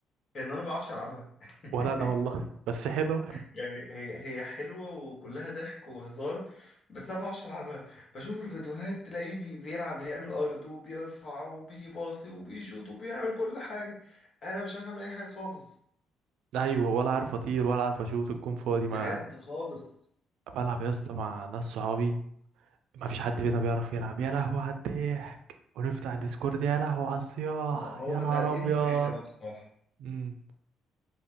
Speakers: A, on the left; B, on the right.
A: ان انا ما بعرفش العبها
B: ولا
A: <laughs>
B: انا والله بس حلوة
A: يعني هي هي حلوة وكلها ضحك وهزار بس أنا بعرفش ألعبها بشوف الفيديوهات تلاقيه بي- بيلعب بيعمل أرت وبيرفع وبيباصي وبيشوط وبيعمل كل حاجة أنا مش عارف أعمل أي حاجة خالص
B: ايوه ولا عارف اطير ولا عارف اشوط الجون فاضي ما
A: بجد خالص
B: بلعب يا اسطى مع ناس صحابي ما فيش حد فينا بيعرف يلعب يا لهوي على الضحك ونفتح ديسكورد يا لهوي على الصياح
A: ما هو
B: يا نهار
A: ده دي
B: ابيض
A: متعتها بقى بصراحة
B: مم.